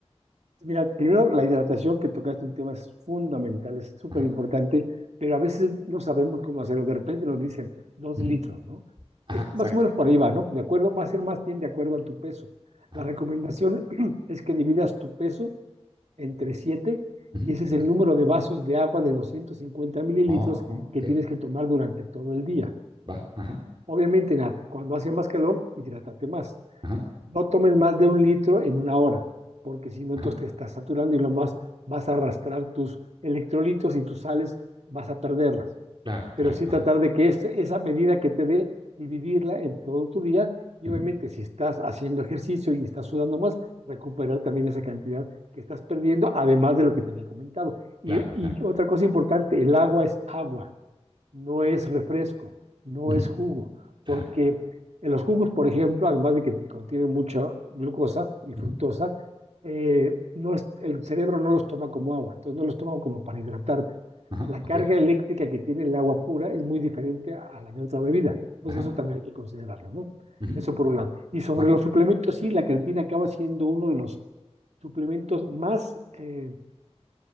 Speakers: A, on the right; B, on the right.
A: Mira, primero la hidratación que tocaste un tema es fundamental, es súper
B: Ajá,
A: importante, pero a veces no sabemos cómo hacerlo. De repente nos dicen dos
B: ujú,
A: litros, ¿no?
B: ajá,
A: Es
B: exacto.
A: más o menos por
B: claro,
A: ahí va, ¿no? De acuerdo, va a ser más bien de acuerdo a tu peso.
B: Ajá,
A: La recomendación <clears throat> es que dividas tu peso entre 7
B: ujú,
A: y ese
B: ok,
A: es el número de vasos de agua de doscientos cincuenta mililitros
B: oh, no,
A: que
B: ok,
A: tienes que tomar durante todo el día.
B: va, ajá,
A: Obviamente, Nat, cuando hace más calor, hidrátate más.
B: ajá,
A: No tomes más de un litro en una hora, porque si no,
B: ajá.
A: entonces te estás saturando y lo más vas a arrastrar tus electrolitos y tus sales, vas a perderlas
B: Claro,
A: pero
B: claro.
A: sí
B: Ajá.
A: tratar de que es- esa medida que te dé, dividirla en todo tu día y
B: ujú,
A: obviamente si estás haciendo ejercicio y estás sudando más, recuperar también esa cantidad que estás perdiendo, además de lo que te había comentado. Y,
B: Claro,
A: y
B: claro.
A: otra cosa importante, el agua es agua no es refresco, no
B: ujú,
A: es jugo,
B: Claro,
A: porque
B: claro.
A: en los jugos, por ejemplo, además de que te contienen mucha glucosa y
B: ujú,
A: fructosa, eh, no es- el cerebro no los toma como agua, entonces no los toma como para hidratarte.
B: Ajá,
A: La
B: ok.
A: carga eléctrica que tiene el agua pura es muy diferente a a la de otra bebida, entonces
B: Ajá.
A: eso también hay que considerarlo, ¿no?
B: ujú,
A: Eso por un lado. Y sobre
B: Va.
A: los suplementos, sí, la creatina acaba siendo uno de los suplementos más eh,